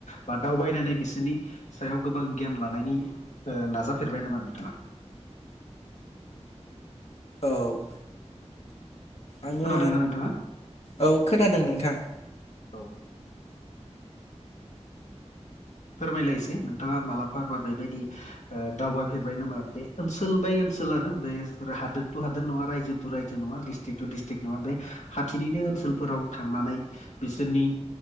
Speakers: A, on the left; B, on the left.
A: बा दावबायनानै बिसोरनि सायाव गोबां गियान लानायनि नाजाफेरबाय नामा नोंथाङा?
B: औ आङो
A: खोनादोंना नोंथाङा
B: औ खोनादों नोंथां
A: औ फोरमायलायसै नोंथाङा मालाबा बा बेबायदि दावबायफेरबाय नामा बे ओनसोल बाय ओनसोल आरो बे हादोर टु हादोर नङा रायजो टु रायजो नङा डिस्ट्रिक् टु डस्ट्रिक नङा बे खााथिनिनो ओनसोलफोराव थांनानै बिसोरनि